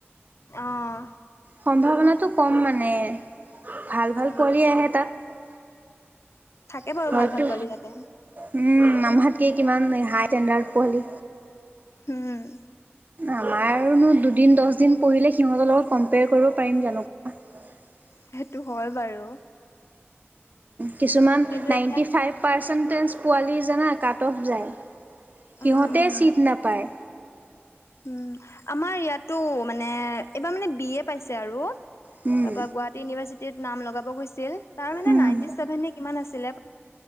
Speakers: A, on the left; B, on the right.
A: অহ,
B: সম্ভাৱনাতটো কম মানে ভাল-ভাল
A: উম
B: পোৱালি আহে তাত।
A: থাকে বাৰু
B: হয়তো,
A: ভাল ভাল পোৱালি তাতে
B: উম, আম কি কিমান হাই ষ্টেণ্ডাৰ্ড পোৱালি।
A: উম,
B: আমাৰনো দুদিন দহ দিন পঢ়িলে সিহঁতৰ লগত কম্পেয়াৰ কৰিব পাৰিম জানো। হয় <unintelligible>
A: সেইটো হয় বাৰু।
B: কিছুমান
A: কিন্তু
B: নাইণ্টি
A: এতিয়া
B: ফাইভ পাৰ্চেণ্টেজ পোৱালি জানা কাট অফ যায়। সিহঁতে
A: উম
B: চিট নাপায়।
A: উম, আমাৰ ইয়াতো মানে এইবাৰ মানে বি এ পাইছে আৰু। তাৰ
B: উম
A: গুৱাহাটী ইউনিভাৰ্চিট নাম লগাব গৈছিল তাৰ মে
B: উম
A: নিভে কিমান আচিল।